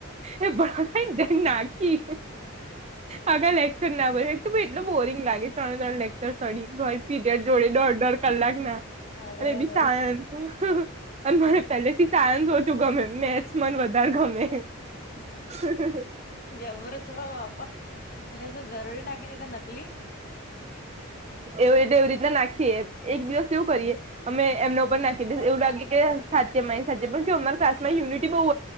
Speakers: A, on the right (about 30°); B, on the left (about 40°).
A: એ ભણાવે ને નાખી આખા લેક્ચર ના બેહે તો બી એટલુ બોરિંગ લાગે ત્રણ ત્રણ લેક સડી ભાય પીરિયડ જોડે દોઢ દોઢ કલાક ના
B: અરેરે
A: અને એ બી સાયન્સ અને મને પહેલેથી સાયન્સ ઓછું ગમે મેથ્સ મને વધારે ગમે. <inaudible>
B: જબર જ બાપા એને જો ઘરડી નાખી છે તો નકલી
A: એવું એ એવી રીતના નાખીએ એક દિવસ કેવું કરીએ અમે એમના ઉપર નાખી દી એવું લાગે કે સાચ મા સાચે પણ અમારા ખાસમાં યુનિટી બહુ